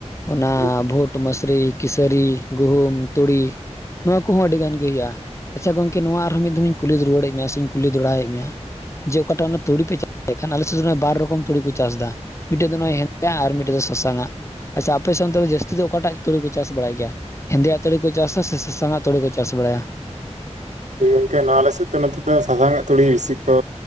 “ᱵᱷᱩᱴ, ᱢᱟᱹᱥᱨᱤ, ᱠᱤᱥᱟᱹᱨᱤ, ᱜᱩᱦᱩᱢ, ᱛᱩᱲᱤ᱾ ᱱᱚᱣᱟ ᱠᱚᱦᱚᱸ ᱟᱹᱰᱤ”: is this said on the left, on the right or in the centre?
Left